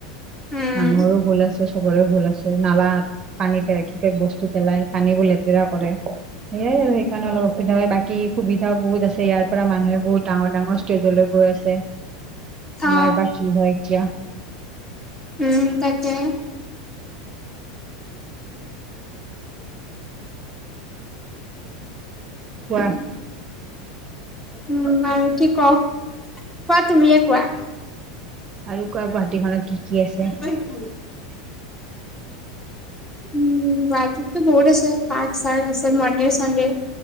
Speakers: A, on the left (about 15°); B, on the right (about 30°).
A: উম
B: মানুহৰো ভুল আছে চবৰে ভুল আছে নালাত পানী পেলাই থকে বস্তু পেলাই পানী বোৰ লেতেৰা কৰে সেয়াই আৰু সেইকাৰণে অলপ অসুবিধা হয়, বাকী সুবিধাও বহুত আছে ইয়াৰ পৰা মানুহে বহুত ডাঙৰ ডাঙৰ ষ্টেজলৈ গৈ আছে,
A: অ
B: আমাৰ বাকী হয়, এতিয়া।
A: উম, তাকে।
B: কোৱা?
A: উম, আৰু কি কম, কোৱা তুমিয়ে কোৱা?
B: আৰু কোৱা গুৱাহাটীখনত কি কি আছে?
A: <unintelligible> উম, গুৱাহাটীতটো বহুত আছে, পাৰ্ক চাৰ্ক আছে মন্দিৰ চণ্ডীৰ।